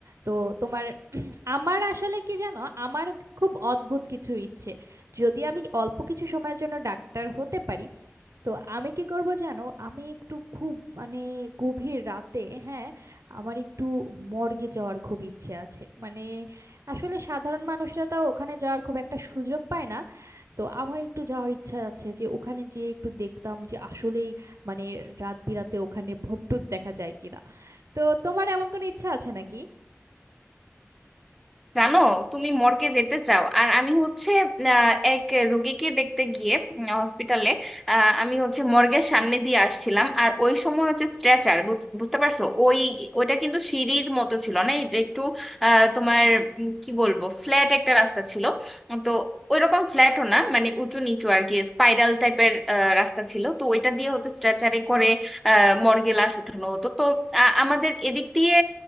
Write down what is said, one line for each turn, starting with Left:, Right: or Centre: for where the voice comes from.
Right: তো তোমার <clears throat> আমার আসলে কি জানো আমার খুব অদ্ভুত কিছু ইচ্ছে যদি আমি অল্প কিছু সময়ের জন্য ডাক্তার হতে পারি তো আমি কি করব জানো আমি একটু খুব মানে গভীর রাতে হ্যাঁ আমার একটু মর্গে যাওয়ার খুব ইচ্ছে আছে মানে আসলে সাধারণ মানুষরা তাও ওখানে যাওয়ার খুব একটা সুযোগ পায় না তো আমার একটু যাওয়ার ইচ্ছা আছে যে ওখানে গিয়ে একটু দেখতাম যে আসলেই মানে রাত বিরাতে ওখানে ভূতটুত দেখা যায় কিনা তো তোমার এমন কোনো ইচ্ছা আছে নাকি
Centre: জানো তুমি মর্গে যেতে চাও আর আমি হচ্ছে আহ, এক রোগীকে দেখতে গিয়ে হসপিটালে আমি হচ্ছে মর্গের সামনে দিয়ে আসছিলাম আর ওই সময় হচ্ছে স্ট্রেচার বুঝতে পারছো ওই ওইটা কিন্তু সিঁড়ির মতো ছিল না এটা একটু আহ, তোমার উম, কি বলবো ফ্ল্যাট একটা রাস্তা ছিল তো ওইরকম ফ্ল্যাটও না মানে উঁচু নিচু আর কি স্পাইরাল টাইপের রাস্তা ছিল তো ওইটা দিয়ে হচ্ছে স্ট্রেচারে করে মর্গে লাশ উঠানো হতো তো আ- আমাদের এদিক দিয়ে